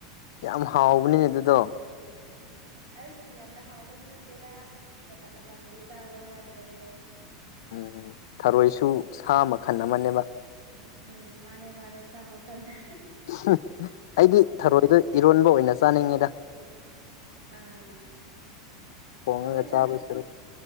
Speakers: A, on the left; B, on the right.
A: ꯌꯥꯝ ꯍꯥꯎꯕꯅꯤꯅꯦ ꯑꯗꯨꯗꯣ
B: ꯑꯁ ꯌꯥꯝꯅ ꯍꯥꯎꯕꯗꯤ ꯅꯠꯇꯦꯗ ꯃꯇꯝ ꯃꯇꯝꯒꯤ ꯆꯥꯕ ꯍꯥꯏꯕꯗꯨꯅꯦ
A: ꯎꯝ ꯊꯔꯣꯏꯁꯨ ꯁꯥ ꯃꯈꯟ ꯑꯃꯅꯦꯕ
B: ꯎꯝ ꯃꯥꯅꯦ ꯃꯥꯅꯦ ꯁꯥ ꯃꯈꯜꯅꯦ
A: ꯍꯨꯝ ꯑꯩꯗꯤ ꯊꯔꯣꯏꯗꯣ ꯏꯔꯣꯟꯕ ꯑꯣꯏꯅ ꯆꯥꯅꯤꯡꯉꯤꯗ
B: ꯑꯥ
A: ꯊꯣꯡꯉꯒ
B: ꯍꯥꯎꯋꯦꯗ
A: ꯆꯥꯕ ꯁꯔꯨꯛ